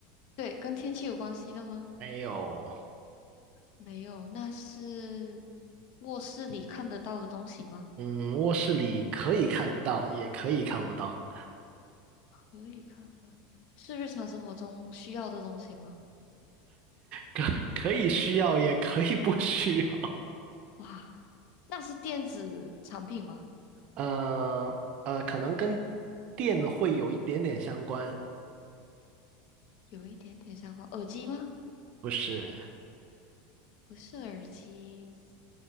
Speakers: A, on the left; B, on the right.
A: 对，跟天气有关系的吗？
B: 还有，
A: 没有，那是卧室里看得到的东西吗？
B: 嗯，卧室里可以看得到，也可以看不到，
A: 可以看到，是日常生活中需要的东西吗？
B: 可可以需要，也可以不需要。
A: 哇，那是电子产品吗？
B: 呃呃，可能跟电会有一点点相关，
A: 有一点点相关，耳机吗？
B: 不是？
A: 不是耳机，